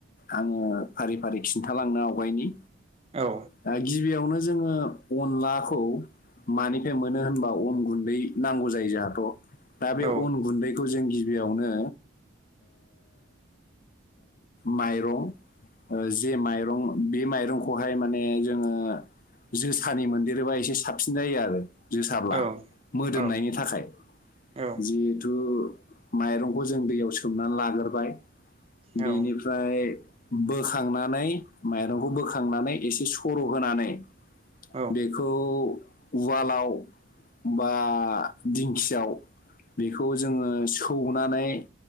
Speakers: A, on the left (about 40°); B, on the right (about 30°).
A: आङो फारि फारि खिन्थालांनो आवगायनि
B: औ
A: दा गिबियावनो जोङो अनलाखौ मानिफ्राय मोनो होनबा अन गुन्दै नांगौ जायो जोंहाथ दा बे
B: औ
A: अन गुन्दैखौ जों गि बियावनो माइरं जे माइरं बे माइरंखौहाय माने जोङो जोसानि मोनदेरोबा एसे साबसिन जायो आरो जोसाब्ला
B: औ
A: मोदोमनायनि
B: औ
A: थाखाय
B: औ
A: जिहेथु माइरंखौ जों दैयाव सोमनानै लाग्रोबाय बेनिफ्राय
B: औ
A: बोखांनानै माइरंखौ बोखांनानै एसे सर होनानै नानै
B: औ
A: बेखौ उवालाव बा दिंखियाव बेखौ जोङो सौनानै